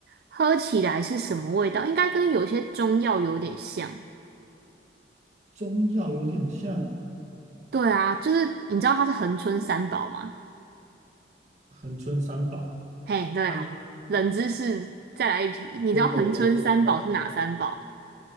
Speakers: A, on the right; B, on the right.
A: 喝起来是什么味道？应该跟有些中药有点像。
B: 中药有点像
A: 对啊，就是你知道它是恒春三宝嘛，
B: 恒春三宝。
A: 嘿，对，
B: 那
A: 好，冷知识再来一题，你知道恒春三宝是哪三宝吗？
B: 这个有点冷，